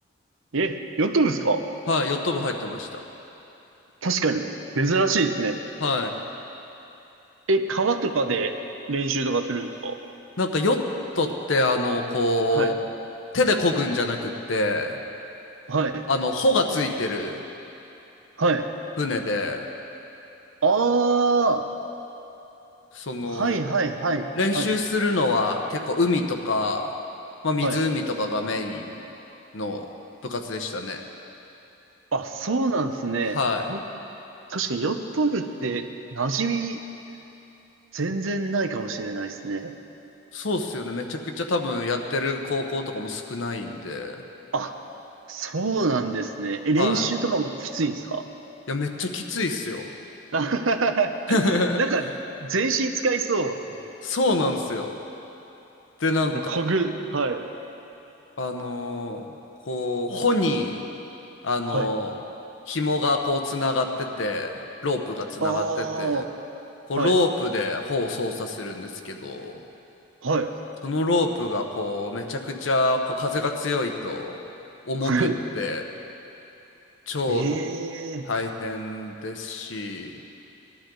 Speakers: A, on the right; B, on the left.
A: え、やったんですか
B: はい、ヨット部入ってました。
A: 確かに。珍しいですね。
B: はい。
A: え、川とかで練習とかするんですか
B: なんかヨットって、あの、こう、
A: はい。
B: 手で漕ぐんじゃなくって、
A: はい。
B: あの、帆がついてる
A: はい。
B: 船で、
A: ああ、
B: その、
A: はいはいはい、
B: 練習するのは結構海とか、
A: はい、
B: まあ湖とかがメインの部活でしたね。
A: はい。あ、そうなんですね。
B: はい。
A: よ、確かにヨット部って馴染み全然ないかもしれないですね。
B: そうっすよね。めちゃくちゃ多分やってる高校とかも少ないんで。
A: あ、そうなんですね。え、
B: はい。
A: 練習とかもきついんですか
B: いや、めっちゃきついっすよ。
A: <laughs> な
B: <laughs>
A: んか、全身使いそうですよね。
B: そうなんすよ。で、なんか、
A: なこぐ、はい、
B: あのーこう、穂に、あのー紐がこう、
A: はい。
B: つながってて、ロープがつながってて、
A: ああ、
B: こう、
A: はい、
B: ロープで穂を操作するんですけど、
A: はい、
B: そのロープがこう、めちゃくちゃ、こう、風が強いと、重くって、
A: はい。
B: 超
A: ええー、
B: 大変ですし、